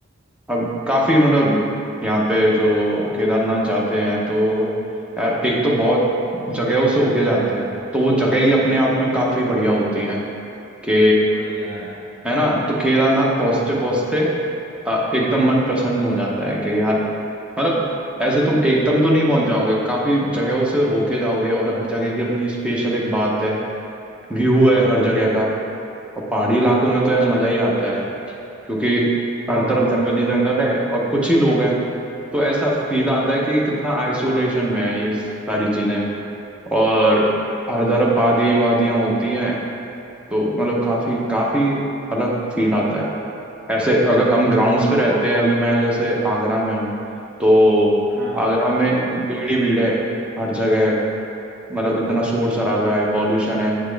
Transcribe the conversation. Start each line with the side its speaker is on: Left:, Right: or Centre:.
Centre: अब काफी मतलब यहाँ पे जो केदारनाथ जाते हैं तो यार एक तो बहुत जगहों से होके जाते हैं तो वो जगह ही अपने आप में काफी बढ़िया होती हैं कि
Right: बढ़िया है
Centre: है ना तो केदारनाथ पहुंचते पहुंचते अ, एकदम मन प्रसन्न हो जाता है कि यार मतलब ऐसे तुम एकदम तो नहीं पहुंच जाओगे काफी जगहों से होके जाओगे और हर जगह की अपनी स्पेशल एक बात है व्यू है हर जगह का और पहाड़ी इलाकों में तो यार मजा ही आता है क्योंकि
Right: बहुत
Centre: हर तरफ
Right: बहुत
Centre: जंगल
Right: मजा
Centre: ही जंगल है और कुछ ही लोग हैं तो ऐसा फील आता है कि कितना आइसोलेशन में है ये सारी चीजें और हर तरफ वादियां वादियां होती हैं तो मतलब काफी काफी अलग फील आता है ऐसे अगर हम ग्राउंड्स पे रहते हैं अभी मैं जैसे आगरा में हूँ तो
Right: हाँ
Centre: आगरा में भीड़ ही भीड़ है हर जगह है। मतलब इतना शोर शराबा है पॉल्यूशन है